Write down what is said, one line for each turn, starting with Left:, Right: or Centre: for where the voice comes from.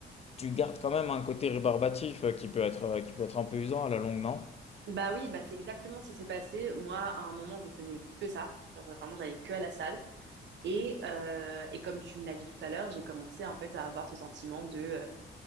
Left: tu gardes quand même un côté rébarbatif euh, qui peut être euh, qui peut être un peu usant à la longue, non?
Right: Bah oui, bah c'est exactement ce qui s'est passé. Moi, à un moment, je faisais que ça. Genre, vraiment, j'allais que à la salle. Et, euh, et comme tu me l'as dit tout à l'heure, j'ai commencé en fait à avoir ce sentiment de euh,